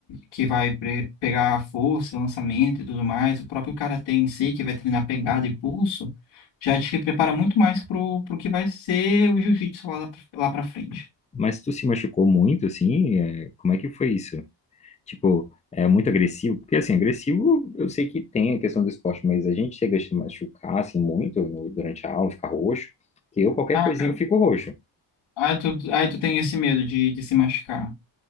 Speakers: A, on the left (about 80°); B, on the left (about 15°).
A: que vai pre- pegar força, lançamento e tudo mais, o próprio karatê em si, que vai treinar pegada e pulso, já te prepara muito mais pro pro que vai ser o jiu-jitsu lá, lá para frente.
B: Mas tu se machucou muito, assim? é, Como é que foi isso? Tipo, é muito agressivo, porque assim, agressivo eu sei que tem a questão do esporte, mas a gente chega a se machucar assim muito no- durante a aula, ficar roxo, que eu qualquer
A: Ah,
B: coisinha
A: cara,
B: eu fico roxo.
A: aí tu, aí tu tem esse medo de, de se machucar.